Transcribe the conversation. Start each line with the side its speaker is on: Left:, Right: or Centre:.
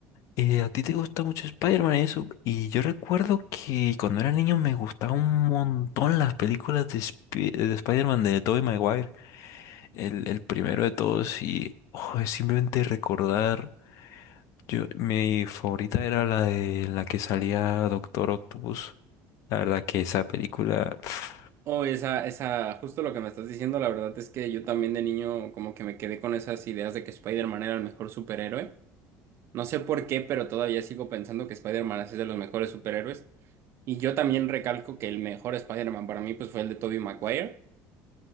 Left: eh, a ti te gusta mucho Spider-Man y eso, y yo recuerdo que cuando era niño me gustaban un montón las películas de, Spi- de Spider-Man de Tobey Maguire. El, el primero de todos y oh, es simplemente recordar. Yo, mi favorita era la de la que salía Doctor Octopus. La verdad que esa película. pf,
Right: O esa, esa, justo lo que me estás diciendo, la verdad es que yo también de niño como que me quedé con esas ideas de que Spider-Man era el mejor superhéroe. No sé por qué, pero todavía sigo pensando que Spider-Man es de los mejores superhéroes. Y yo también recalco que el mejor Spider-Man para mí pues fue el de Tobey Maguire,